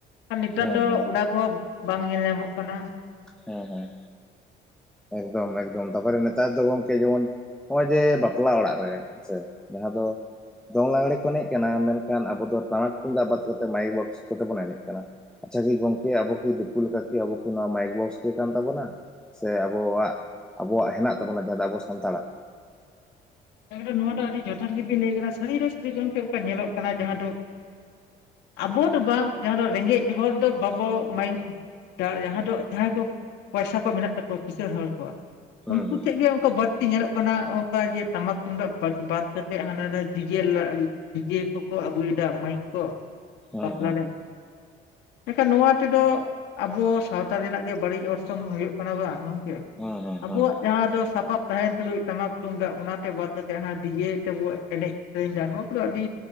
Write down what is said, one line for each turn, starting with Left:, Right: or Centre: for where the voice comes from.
Left: ᱟᱨ ᱱᱮᱛᱟᱨ
Centre: ᱦᱮᱸ
Left: ᱫᱚ
Centre: ᱦᱮᱸ
Left: ᱚᱱᱟ ᱠᱚᱦᱚᱸ ᱵᱟᱝ ᱧᱮᱞ ᱧᱟᱢᱚᱜ ᱠᱟᱱᱟ
Centre: ᱦᱮᱸ ᱦᱮᱸᱻ ᱮᱠᱫᱚᱢ ᱮᱠᱫᱚᱢ ᱛᱟᱨᱯᱚᱨᱮ ᱱᱮᱛᱟᱨ ᱫᱚ ᱜᱚᱝᱠᱮ ᱡᱮᱢᱚᱱ ᱱᱚᱜᱼᱚᱭ ᱡᱮ ᱵᱟᱯᱞᱟ ᱚᱲᱟᱜ ᱨᱮ ᱦᱮᱸ ᱥᱮ, ᱡᱟᱦᱟᱸ ᱫᱚ ᱫᱚᱝ ᱞᱟᱜᱽᱬᱮ ᱠᱚ ᱮᱱᱮᱡ ᱠᱟᱱᱟ ᱢᱮᱱᱠᱷᱟᱱ ᱟᱵᱚ ᱫᱚ ᱴᱟᱢᱟᱠ- ᱛᱩᱢᱫᱟᱜ ᱵᱟᱫ ᱠᱟᱛᱮᱫ ᱢᱟᱭᱤᱠ ᱵᱚᱠᱥ ᱠᱚᱛᱮ ᱵᱚᱱ ᱮᱱᱮᱡ ᱠᱟᱱᱟ ᱟᱪ ᱪᱷᱟ ᱠᱤ ᱜᱚᱝᱠᱮ ᱟᱵᱚ ᱠᱤ ᱫᱤᱠᱩ ᱞᱮᱠᱟᱠᱤ ᱟᱵᱚ ᱠᱤ ᱱᱚᱣᱟ ᱢᱟᱭᱤᱠ ᱵᱚᱠᱥ ᱨᱟᱹᱥᱠᱟᱹ ᱠᱟᱱ ᱛᱟᱵᱚᱱᱟ ᱥᱮ ᱟᱵᱚᱣᱟᱜ, ᱟᱵᱚᱣᱟᱜ ᱦᱮᱱᱟᱜ ᱛᱟᱵᱚᱱᱟ ᱡᱟᱦᱟᱸ ᱫᱚ ᱟᱵᱚ ᱥᱟᱱᱛᱟᱲᱟᱜ
Left: ᱮ ᱱᱚᱣᱟ ᱫᱚ ᱟᱹᱰᱤ ᱡᱚᱛᱷᱟᱛ ᱜᱮᱵᱤᱱ ᱞᱟᱹᱭ ᱠᱟᱫᱟ ᱥᱟᱹᱨᱤ ᱜᱚᱢᱠᱮ ᱚᱱᱠᱟ ᱧᱮᱞᱚᱜ ᱠᱟᱱᱟ ᱡᱟᱦᱟᱸ ᱫᱚ ᱟᱵᱚ ᱫᱚ ᱵᱟᱝ ᱡᱟᱦᱟᱸ ᱫᱚ ᱨᱮᱸᱜᱮᱡ ᱦᱚᱲ ᱫᱚ ᱵᱟᱵᱚ ᱢᱟᱭᱤ ᱡᱟ ᱡᱟᱦᱟᱸ ᱫᱚ ᱡᱟᱦᱟᱸᱭ ᱠᱚ ᱯᱚᱭᱥᱟ ᱠᱚ ᱢᱮᱱᱟᱜ ᱛᱟᱠᱚᱣᱟ ᱠᱤᱥᱟᱹᱬ ᱦᱚᱲ ᱠᱚᱣᱟᱜ
Centre: ᱦᱩᱸ
Left: ᱩᱱᱠᱩ
Centre: ᱦᱩᱸ
Left: ᱴᱷᱮᱡ ᱜᱮ ᱚᱝᱠᱟ ᱵᱟᱲᱛᱤ ᱧᱮᱞᱚᱜ ᱠᱟᱱᱟ ᱚᱝᱠᱟ ᱡᱮ ᱴᱟᱢᱟᱠ ᱛᱩᱢᱫᱟᱜ ᱵᱟᱫ ᱠᱟᱛᱮᱫ ᱦᱟᱱᱟ ᱱᱟᱣᱟ ᱰᱤᱡᱮ, ᱰᱤᱡᱮ ᱠᱚᱠᱚ ᱟᱹᱜᱩᱭᱮᱫᱟ ᱢᱟᱹᱭᱤᱠ ᱠᱚ
Centre: ᱦᱩᱸ
Left: ᱵᱟᱯᱞᱟ ᱨᱮ ᱮᱱᱠᱷᱟᱱ, ᱱᱚᱣᱟ ᱛᱮᱫᱚ ᱟᱵᱚ ᱥᱟᱶᱛᱟ ᱨᱮᱱᱟᱜ ᱜᱮ ᱵᱟᱹᱲᱤᱡ ᱚᱨᱥᱚᱝ ᱦᱩᱭᱩᱜ ᱠᱟᱱᱟ ᱵᱟᱝ ᱜᱚᱝᱠᱮ
Centre: ᱦᱩᱸ ᱦᱩᱸ
Left: ᱟᱵᱚᱣᱟᱜ
Centre: ᱦᱩᱸ
Left: ᱡᱟᱦᱟᱸ ᱫᱚ ᱥᱟᱯᱟᱵ ᱛᱟᱦᱮᱱ ᱛᱩᱞᱩᱡ ᱴᱟᱢᱟᱠ ᱛᱩᱢᱫᱟᱜ ᱚᱱᱟ ᱵᱟᱫ ᱠᱟᱛᱮᱫ ᱰᱤᱡᱮ ᱛᱮᱵᱚ ᱮᱱᱮᱡ ᱥᱮᱨᱮᱧ ᱮᱫᱟ ᱱᱚᱣᱟ ᱠᱚᱫᱚ ᱟᱹᱰᱤ